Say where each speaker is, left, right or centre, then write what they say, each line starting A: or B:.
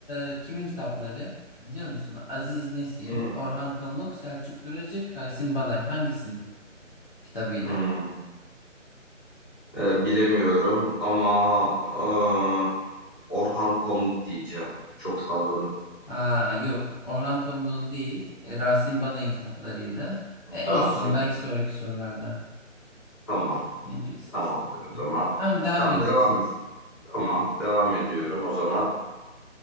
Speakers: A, on the left; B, on the left.
A: e, kimin kitapları? Biliyor musun? Aziz Nesin,
B: hı.
A: Orhan Pamuk, Selçuk Duracık, Rasim Balay hangisinin kitabıydı?
B: Hı. Ee, bilemiyorum ama eee, Orhan Pamuk diyeceğim. Çok salladım.
A: Aa yok Orhan Pamuk'un değil e, Rasim Balay'ın kitaplarıydı. E,
B: Rasim
A: olsun belki sonraki sorularda
B: tamam.
A: yine bilirsiniz.
B: Tamamdır o zaman.
A: Tamam devam
B: Tamam
A: edin
B: devam
A: siz.
B: et. Tamam devam ediyorum o zaman.